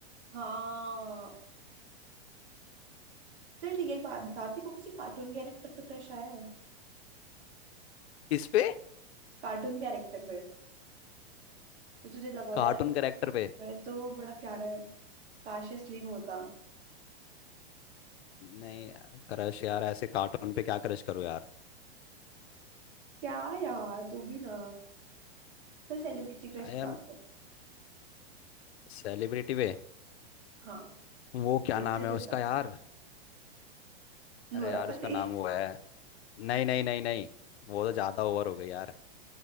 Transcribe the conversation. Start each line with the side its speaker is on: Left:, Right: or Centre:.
Right: हाँ चल ठीक है एक बात बताती को किसी कार्टून कैरेक्टर पे क्रश आया है
Left: किस पे
Right: कार्टून कैरेक्टर पे तो तुझे लगाओ
Left: कार्टून
Right: यार ये तो बड़ा
Left: करेक्टर
Right: क्यू
Left: पे
Right: बड़े तो बड़ा प्यारा है काश ये असली में होता
Left: नहीं यार क्रश यार ऐसे कार्टून पे क्या क्रश करो यार
Right: क्या यार तू भी ना चल सेलिब्रिटी क्रश
Left: आई
Right: बता
Left: एम
Right: फिर
Left: सेलिब्रिटी पे
Right: हाँ
Left: वो क्या
Right: जल्दी
Left: नाम
Right: जल्दी
Left: है उसका
Right: बता
Left: यार
Right: Nora
Left: अरे यार
Right: Fatehi
Left: उसका नाम वो है नहीं नहीं नहीं नहीं वो तो ज़्यादा ओवर हो गई यार